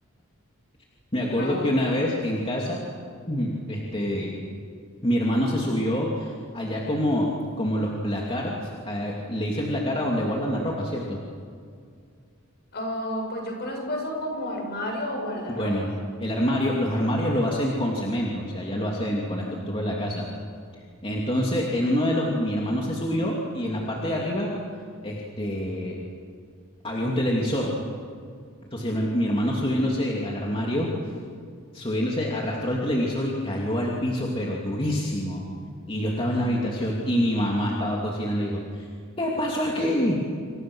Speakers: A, on the left; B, on the left.
A: <laughs> Me acuerdo
B: No.
A: que una vez en casa, mm, este, mi hermano se subió allá como, como los placar, eh, le dicen placar a donde guardan la ropa, ¿cierto?
B: Oh, pues yo conozco eso como armario o guardarropa.
A: Bueno, el armario, los armarios lo hacen con cemento, o sea, ya lo hacen con la estructura de la casa. Entonces, en uno de los, mi hermano se subió y en la parte de arriba, este, había un televisor. Entonces, mi, mi hermano subiéndose al armario, subiéndose, arrastró el televisor y cayó al piso, pero durísimo. Y yo estaba en la habitación y mi mamá estaba cocinando y dijo, ¿qué pasó aquí?